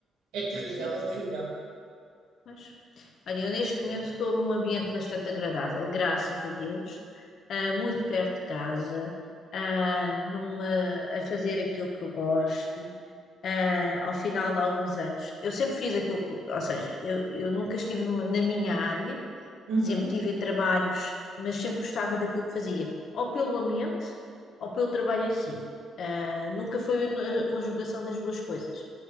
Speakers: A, on the right (about 85°); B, on the left (about 65°).
A: É terrível,
B: Sim.
A: é terrível.
B: Mas, olha, eu neste momento estou num ambiente bastante agradável, graças a Deus, ah, muito perto de casa, ah, numa, a fazer aquilo que eu gosto, ah, ao final de alguns anos. Eu sempre fiz aquilo que, ou seja, eu, eu nunca estive numa- na minha área,
A: Uhum.
B: Sempre tive em trabalhos, mas sempre gostava daquilo que fazia, ou pelo ambiente, ou pelo trabalho em si. Ah, nunca foi a conjugação das duas coisas.